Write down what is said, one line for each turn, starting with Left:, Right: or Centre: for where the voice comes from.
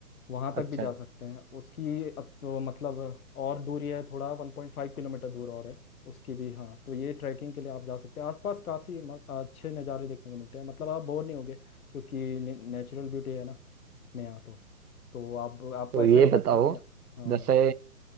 Left: वहाँ तक
Right: अच्छा
Left: भी जा सकते हैं उसकी अत- मतलब और दूरी है थोड़ा 1.5 किलोमीटर दूर और है उसकी भी हाँ तो ये ट्रैकिंग के लिए आप जा सकते हैं आसपास काफ़ी अच्छे नज़ारे देखने को मिलते हैं मतलब आप बोर नहीं होगे क्योंकि ने, नेचुरल ब्यूटी है ना अपने यहाँ तो तो आप आपको
Right: तो
Left: ऐसा
Right: ये
Left: नहीं
Right: बताओ
Left: लगता कि आप हाँ
Right: जैसे
Left: हाँ